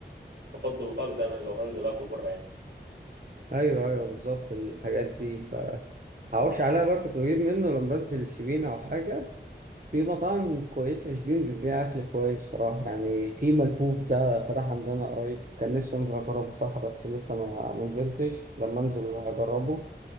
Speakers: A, on the right (about 70°); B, on the right (about 50°).
A: بفضله خالص يعني لو هنزل اكل بره يعني
B: ايوه ايوه بالظبط الحاجات دي فهقولش عليها بقى كنت بجيب منه لما بنزل الشبين او حاجة في مطاعم كويسة في شبين بتبيع أكل كويس صراحة يعني في ملفوف ده فتح عندنا قريب كان نفسي أنزل أجربه صح بس لسه ما ما نزلتش لما أنزل هجربه